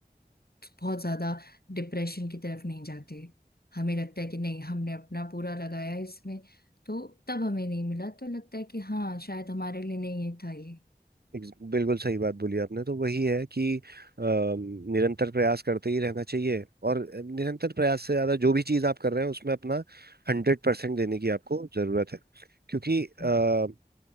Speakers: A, on the left (about 70°); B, on the right (about 75°).
A: बहुत ज्यादा डिप्रेशन की तरफ नहीं जाते हमें लगता है कि नहीं हमने अपना पूरा लगाया इसमें तो तब हमें नहीं मिला तो लगता है कि हाँ शायद हमारे लिए नहीं ये था ये
B: ex- बिल्कुल सही बात बोली आपने तो वही है कि अ, निरंतर प्रयास करते ही रहना चाहिए और निरंतर प्रयास से ज्यादा जो भी चीज आप कर रहे हैं उसमें अपना हंड्रेड परसेंट देने की आपको जरूरत है क्योंकि
A: हम्म,
B: आ,